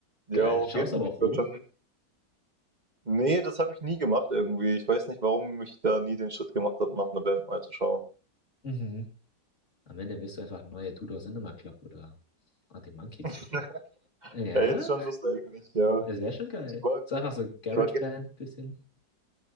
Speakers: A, on the right; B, on the left.
A: Ja,
B: Geil.
A: auf
B: Schaust
A: jeden
B: aber
A: Fall.
B: auch
A: Ich
B: rum.
A: würde schon. Nee, das habe ich nie gemacht irgendwie. Ich weiß nicht, warum ich da nie den Schritt gemacht habe, nach einer Band mal zu schauen.
B: Mhm. Am Ende wirst du einfach neue Tudor Cinema Club oder ah, die Monkeys.
A: <laughs>
B: Ja,
A: Ja, jetzt schon Lust eigentlich, ja.
B: das wäre schon geil.
A: Ich war,
B: So einfach so GarageBand
A: ich war gest-
B: bisschen.